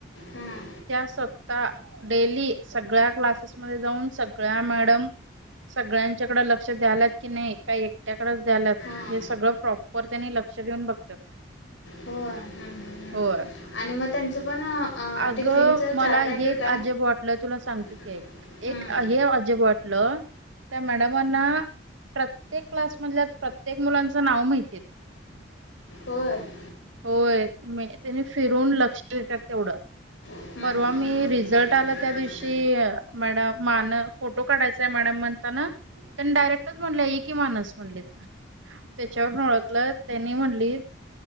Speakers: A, on the left (about 70°); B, on the right (about 75°).
A: हम्म.
B: त्या स्वतः. आता डेली सगळ्या क्लासेसमध्येध्ये जाऊन सगळ्या मॅडम सगळ्यांच्याकडे लक्ष द्यालात की नाही काही एकट्याकडेच द्यालात
A: हां.
B: हे सगळं प्रॉपर त्यांनी लक्ष. लक्ष देऊन बघतात.
A: हो हम् हम्म्
B: होय
A: आणि मग त्यांचं पण अ, आणि
B: अगं
A: टिफिनचं
B: मला
A: चार्ट
B: हे
A: आहे का काय
B: अजब वाटलं तुला सांगतो की
A: सांगते.
B: ऐक
A: हम्म.
B: एक हे अजब त्या मॅडमांना प्रत्येक क्लासमधल्या प्रत्येक मुलांच नाव माहिती आहेत.
A: होय
B: होय. म त्यांनी फिरून लक्ष देतात. तेवढ
A: हम्म
B: परवा
A: हम्म
B: मी
A: हम्म. हम्म.
B: रिझल्ट आला त्या दिवशी मॅडम मान फोटो काढायचाय मॅडम म्हणताना त्यांनी डायरेक्टच म्हणले कि मानस म्हणली त्याच्यावर ओळखलं त्यांनी म्हणली